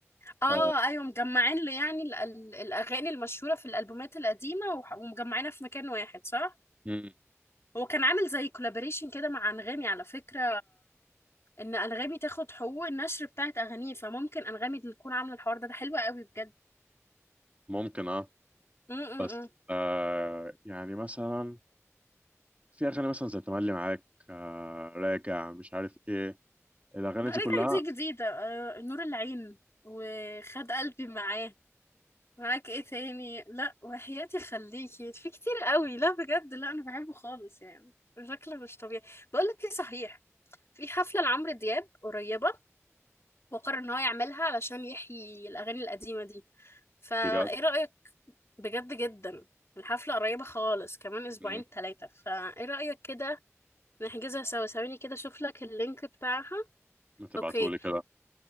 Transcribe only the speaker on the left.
اه
ايوه مجمعين له يعني ال- ال- الاغاني المشهوره في الالبومات القديمه وح- ومجمعينها في مكان واحد صح
هو كان عامل زي كولابوريشن كده مع انغامي على فكره ان انغامي تاخد حقوق النشر بتاعت اغانيه فممكن انغامي اللي تكون عامله الحوار ده ده حلو قوي بجد
امم
رجعت
دي جديده آه، نور العين وخد قلبي معاه معاك ايه تاني لا وحياتي خليكي في كتير قوي لا بجد لا انا بحبه خالص يعني شكله مش طبيعي بقول لك ايه صحيح في حفله لعمرو دياب قريبه وقرر ان هو يعملها علشان يحيي الاغاني القديمه دي فايه
رايك بجد جدا الحفلة قريبة خالص كمان أسبوعين
ثلاثة فإيه رأيك كده نحجزها سوا ثواني كده أشوف لك اللينك بتاعها
أوكي